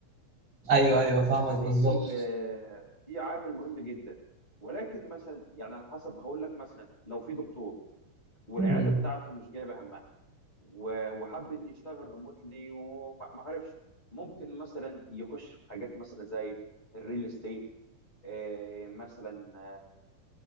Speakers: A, on the right; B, on the left.
A: ايوه ايوه
B: بس
A: فاهمك
B: فدي
A: بالظبط
B: ال- آه، دي عامل مهم جدا ولكن مثلا يعني على حسب هقول لك مثلا لو في دكتور والعياده
A: مم.
B: بتاعته مش جايبه همها و- وحب انه يشتغل ريموتلي وما ما عرفش ممكن مثلا يخش في حاجات مثلا زي الريل استيت آه، مثلا آه،